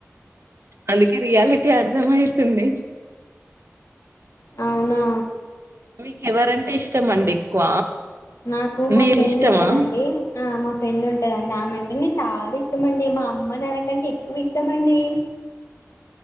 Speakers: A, on the right (about 60°); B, on the left (about 85°).
A: అందుకే రియాలిటీ అర్థమైతుంది
B: అవునా
A: మీకు ఎవరంటే ఇష్టం అండి ఎక్కువ
B: నాకు మా
A: నేను
B: ఫ్రెండ్
A: ఇష్టమా
B: ఉంటదండి ఆ మా ఫ్రెండ్ ఉంటదండి ఆమె విన్ని చాలా ఇష్టమండి మా అమ్మ నాన్నకంటే ఎక్కువ ఇష్టమండి.